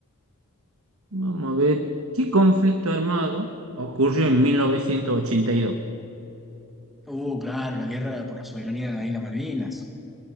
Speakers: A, on the right; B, in the centre.
A: vamos a ver, ¿qué conflicto armado ocurrió en 1982?
B: Uh, claro, la guerra por la soberanía de las Islas Malvinas.